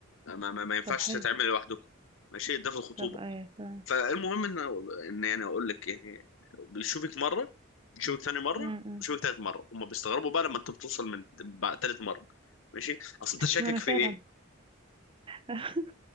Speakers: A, on the left (about 70°); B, on the right (about 25°).
A: ما, ما, ما ينفعش
B: طب حلو
A: تتعمل لوحدكم ماشي ده في الخطوبة
B: طب ايوه تمام
A: فالمهم ان ان يعني اقول لك يعني بيشوفك مرة بيشوفك ثاني مرة
B: امم
A: بيشوفك ثالث مرة هم بيستغربوا بقى لما انت بتوصل من بعد ثالث مرة ماشي اصل انت شاكك
B: انا
A: في
B: فعلا <laughs>